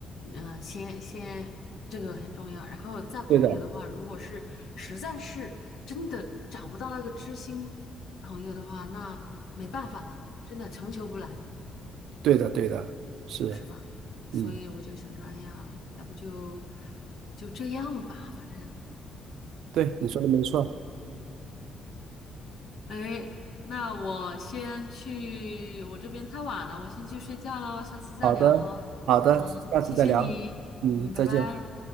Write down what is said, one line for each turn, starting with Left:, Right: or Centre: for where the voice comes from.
Left: 嗯、先先这个很重要。然后再朋友的话，
Right: 对的，
Left: 如果是实在是真的找不到那个知心朋友的话，那没办法的，真的强求不来，
Right: 对的，对的，是，
Left: 是吧？所以我就想着，
Right: 嗯，
Left: 哎呀，要不就就这样吧，反正。
Right: 对，你说的没错。
Left: o 那我先去，我这边太晚了，我先去睡觉喽，下次再聊哦。
Right: 好的，好的，
Left: 啊，
Right: 下次再聊。
Left: 谢谢你，
Right: 嗯，
Left: 嗯，拜拜。
Right: 再见。